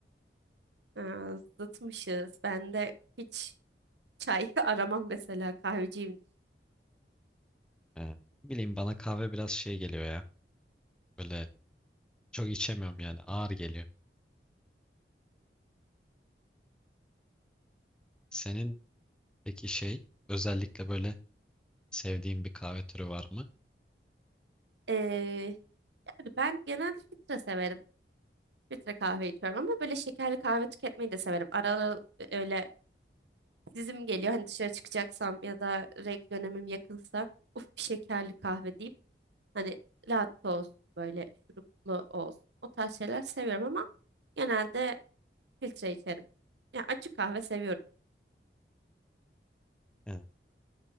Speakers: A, on the right; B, in the centre.
A: Ha, zıtmışız. Ben de hiç çay <laughs> aramam mesela kahveciyimdir.
B: Ee, bileyim bana kahve biraz şey geliyor ya. Böyle çok içemiyorum yani ağır geliyor. Senin peki şey özellikle böyle Sevdiğim bir kahve türü var mı?
A: Ee, yani ben genelde filtre severim. Filtre kahve içiyorum ama böyle şekerli kahve tüketmeyi de severim. Ara ara öyle dizim geliyor. Hani dışarı çıkacaksam ya da regl dönemim yakınsa uf bir şekerli kahve deyip hani latte olsun böyle şuruplu olsun. O tarz şeyler seviyorum ama genelde filtre içerim. Yani acı kahve seviyorum.
B: Evet.